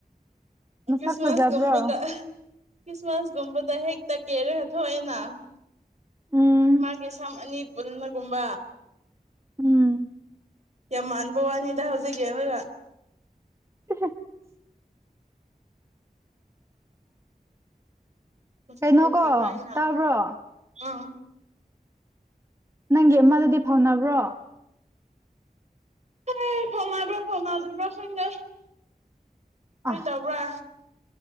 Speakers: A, on the right; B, on the right.
A: ꯃꯁꯛ
B: ꯈ꯭ꯔꯤꯁꯃꯥꯁꯒꯨꯝꯕꯗ
A: ꯐꯖꯕ꯭ꯔꯣ
B: ꯈ꯭ꯔꯤꯁꯃꯥꯁꯒꯨꯝꯕꯗ ꯍꯦꯛꯇ ꯀꯦꯔꯒ ꯊꯣꯛꯑꯦꯅ꯫
A: ꯎꯝ
B: ꯃꯥꯒꯤ ꯁꯝ ꯑꯅꯤ ꯄꯨꯟꯕꯒꯨꯝꯕ꯫
A: ꯎꯝ
B: ꯌꯥꯝꯃꯥꯟꯕ ꯋꯥꯅꯤꯗ ꯍꯧꯖꯤꯛ ꯌꯦꯡꯂꯒ ꯫
A: <inaudible>
B: ꯃꯁꯝ
A: ꯀꯩꯅꯣ
B: ꯄꯨꯟꯕꯤꯕ
A: ꯀꯣ
B: ꯑꯩꯅ
A: ꯇꯥꯕ꯭ꯔꯣ꯫
B: ꯑꯥ
A: ꯅꯪꯒꯤ ꯑꯃꯗꯨꯗꯤ ꯐꯥꯎꯅꯕ꯭ꯔꯣ
B: ꯍꯦ ꯐꯥꯎꯅꯥꯕ꯭ꯔ ꯐꯥꯎꯅꯗꯕ꯭ꯔ ꯈꯪꯗꯦ ꯀꯔ꯭ꯤ
A: ꯑꯥ
B: ꯇꯧꯕ꯭ꯔꯥ꯫